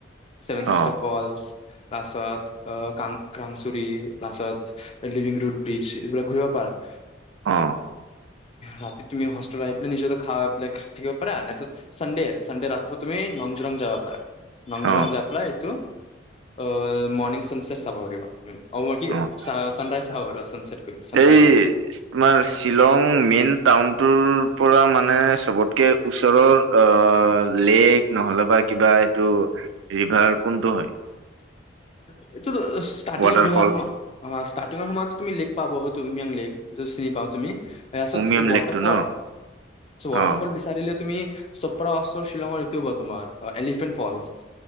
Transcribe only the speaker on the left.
চেভেন স্টাৰ
ফলচ তাৰপাছত অহ কা ক্ৰাংচুৰি তাছত লিভিং ৰৰুড বিচ এইবিলাক ঘূৰিব পাৰা <inaudible>
ৰাতি তুমি হোষ্টেল আহি পেলাই নিজকতে খাবাই পেলাই থাকিব পাৰে ছানডে ৰাতিপুৱা তুমি নংজৰং যাব পাৰা । নং জুলং
জাপলাই তো । অহ বাকী
চানৰাইজ হব আৰু ছানচছেট কৰি ছানৰাইজ
।
<inaudible> ষ্টাৰ্টিঙত
ঘ সমা ষ্টাৰৰ্টিঙৰ সময়তো তুমি পাব অ উমাং লেক যত চিনি পাওঁ তুমি? ৰাছতটাৰফল
অটাৰফল
বিচাৰিল তুমি চপ্ৰা ওৰ শ্বিলঙৰ তিও হব তোমাৰ এলিফেণ্ট ফলচ।